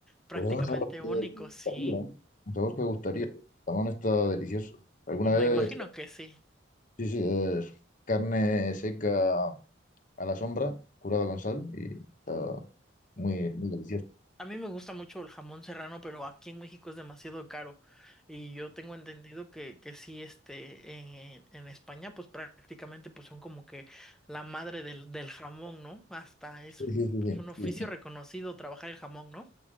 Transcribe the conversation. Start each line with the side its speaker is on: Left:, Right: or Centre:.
Centre: prácticamente
Left: pues es un sabor que
Centre: único,
Left: gustaría,
Centre: sí.
Left: ¿eh? Un sabor que gustaría. El jamón está delicioso. Alguna
Centre: Pues, Me
Left: vez,
Centre: imagino que sí.
Left: sí, sí, es carne seca a la sombra, curada con sal, y está muy, muy delicioso.
Centre: A mí me gusta mucho el jamón serrano, pero aquí en México es demasiado caro. Y yo tengo entendido que, que sí, este, en, en- España, pues prácticamente pues son como que la madre del, del jamón, ¿no? Hasta es
Left: Sí, sí, sí,
Centre: pues, un oficio
Left: sí.
Centre: reconocido trabajar el jamón, ¿no?